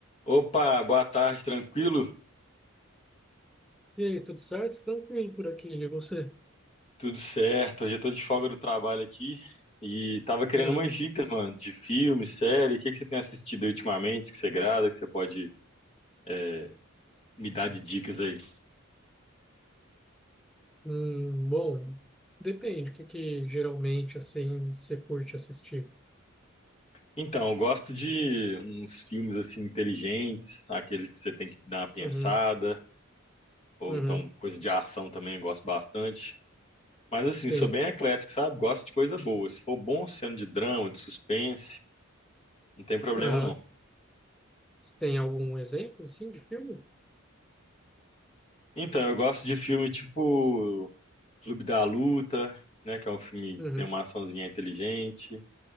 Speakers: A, on the left; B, in the centre.
A: Opa, boa tarde, tranquilo?
B: E aí, tudo certo? Tranquilo por aqui, e você?
A: Tudo certo? Hoje eu tô de folga do trabalho aqui e tava querendo
B: Uhum.
A: umas dicas, mano, de filme, série. O que que você tem assistido aí ultimamente que você grada, que você pode é, me dar de dicas aí?
B: Hum, bom, depende, o que que geralmente, assim, você curte assistir?
A: Então, eu gosto de uns filmes assim inteligentes, aqueles que você tem que dar uma pensada,
B: Uhum,
A: ou
B: uhum,
A: então coisa de ação também eu gosto bastante. Mas
B: sim,
A: assim, sou bem eclético, sabe? Gosto de coisa boa. Se for bom, sendo de drama, de suspense, não tem problema
B: aham.
A: não.
B: Você Tem algum exemplo, assim, de filme?
A: Então, eu gosto de filme tipo Clube da Luta, né? Que é um filme
B: Uhum,
A: que tem uma açãozinha inteligente,